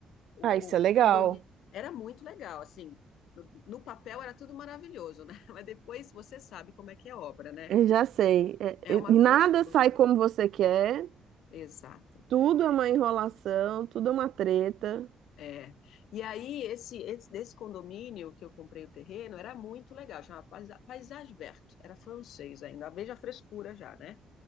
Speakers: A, on the left (about 80°); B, on the right (about 70°).
A: o,
B: Ah, isso é
A: o
B: legal.
A: condomínio era muito legal, assim, no, no papel era tudo maravilhoso, né? <laughs> Mas depois você sabe como é que é obra, né?
B: Eu já sei. É,
A: É uma
B: é, nada
A: coisa louca.
B: sai como você quer,
A: Exato.
B: tudo
A: É,
B: é uma enrolação, tudo é uma treta.
A: é. E aí, esse, esse desse condomínio que eu comprei o terreno era muito legal, chamava Paisa- Paysage Verte, era francês ainda, veja a frescura já, né?